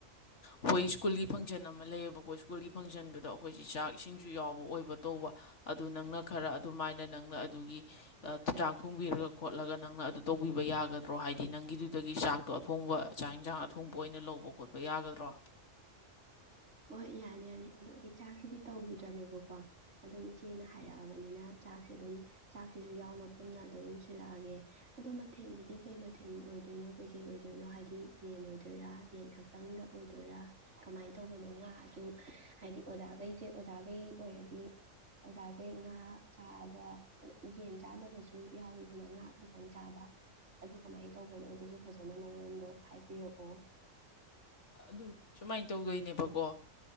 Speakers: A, on the left; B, on the right.
A: ꯑꯩꯈꯣꯏ ꯁ꯭ꯀꯨꯜꯒꯤ ꯐꯪꯁꯟ ꯑꯃ ꯂꯩꯌꯦꯕꯀꯣ ꯁ꯭ꯀꯨꯜꯒꯤ ꯐꯪꯁꯟꯗꯨꯗ ꯑꯩ ꯑꯩꯈꯣꯏꯁꯤ ꯆꯥꯛ ꯏꯁꯤꯡꯁꯨ ꯌꯥꯎꯕ ꯑꯣꯏꯕ ꯇꯧꯕ ꯑꯗꯨ ꯅꯪꯅ ꯈꯔ ꯑꯗꯨꯃꯥꯏꯅ ꯅꯪꯅ ꯑꯗꯨꯒꯤ ꯆꯥꯛ ꯊꯣꯡꯕꯤꯔꯒ ꯈꯣꯠꯂꯒ ꯅꯪꯅ ꯑꯗꯨ ꯇꯧꯕꯤꯕ ꯌꯥꯒꯗ꯭ꯔꯣ ꯍꯥꯏꯗꯤ ꯅꯪꯒꯤꯗꯨꯗꯒꯤ ꯆꯥꯛꯇꯣ ꯑꯊꯣꯡꯕ ꯆꯥꯛ ꯏꯟꯁꯥꯡ ꯑꯊꯣꯡꯕ ꯑꯣꯏꯅ ꯂꯧꯕ ꯈꯣꯠꯄ ꯌꯥꯒꯗ꯭ꯔꯣ
B: ꯍꯣꯏ ꯌꯥꯅꯤ ꯌꯥꯅꯤ ꯑꯗꯣ ꯑꯩ ꯆꯥꯛꯁꯤꯗꯤ ꯇꯧꯕꯈꯤꯗ꯭ꯔꯕꯅꯦꯕꯀꯣ ꯑꯗꯨꯝ ꯏꯆꯦꯅ ꯍꯥꯏꯔꯛꯑꯕꯅꯤꯅ ꯆꯥꯛꯁꯦ ꯑꯗꯨꯝ ꯆꯥꯛꯁꯤꯁꯨ ꯌꯥꯎꯅ ꯄꯨꯟꯅ ꯑꯗꯨꯝ ꯁꯤꯜꯂꯛꯑꯒꯦ ꯑꯗꯣ ꯃꯊꯦꯜꯁꯤꯗꯤ ꯀꯩ ꯃꯊꯦꯜ ꯑꯣꯏꯗꯣꯏꯅꯣ ꯀꯩꯀꯩ ꯑꯣꯏꯗꯣꯏꯅꯣ ꯍꯥꯏꯗꯤ ꯌꯦꯟ ꯑꯣꯏꯗꯣꯏꯔꯥ ꯌꯦꯟ ꯈꯛꯇꯪꯗ ꯑꯣꯏꯗꯣꯏꯔꯥ ꯀꯃꯥꯏꯅ ꯇꯧꯕꯅꯣ ꯉꯥꯁꯨ ꯍꯥꯏꯗꯤ ꯑꯣꯖꯥꯈꯩꯁꯦ ꯑꯣꯖꯥꯈꯩ ꯑꯣꯏꯔꯗꯤ ꯑꯣꯖꯥꯁꯦ ꯉꯥ ꯆꯥꯕ ꯌꯦꯟ ꯆꯥꯗꯕꯁꯨ ꯌꯥꯎꯋꯤꯗꯅ ꯉꯥ ꯈꯛꯇꯪ ꯆꯥꯕ ꯑꯗꯨ ꯀꯃꯥꯏꯅ ꯇꯧꯕꯅꯣ ꯑꯗꯨꯁꯨ ꯐꯖꯅ ꯃꯔꯣꯟꯗꯣ ꯍꯥꯏꯕꯤꯔꯛꯑꯣ
A: ꯑꯗꯨ ꯁꯨꯃꯥꯏꯅ ꯇꯧꯗꯣꯏꯅꯦꯕꯀꯣ